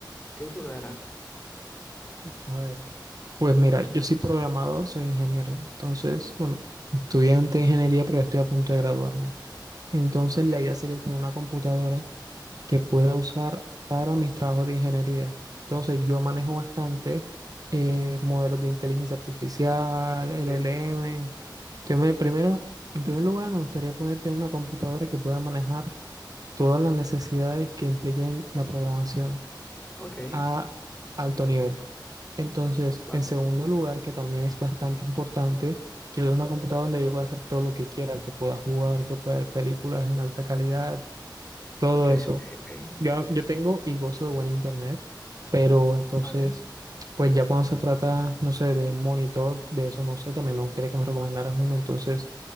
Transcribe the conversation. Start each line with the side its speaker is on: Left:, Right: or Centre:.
Left: ¿Qué uso le darás?
Right: A ver, pues mira, yo soy programador, soy ingeniero, entonces, bueno, estudiante de ingeniería, pero ya estoy a punto de graduarme. Entonces,
Left: Ok,
Right: la idea sería tener una computadora que pueda usar para mis trabajos de ingeniería. Entonces, yo manejo bastante eh, modelos de inteligencia artificial,
Left: ok,
Right: LLM. Entonces, me- primero, en primer lugar, me gustaría ponerte una computadora que pueda manejar todas las necesidades que impliquen la programación
Left: Ok,
Right: a alto nivel. Entonces,
Left: vale.
Right: en segundo lugar, que también es bastante importante, quiero una computadora donde yo pueda hacer todo lo que quiera, que pueda jugar, que pueda ver películas en alta calidad, todo
Left: ok, ok,
Right: eso.
Left: ok,
Right: Yo, yo tengo y gozo de buen internet, pero entonces,
Left: vale,
Right: pues ya cuando se trata, no sé, de un monitor, de eso no sé, también me gustaría que me recomendaras uno. Entonces,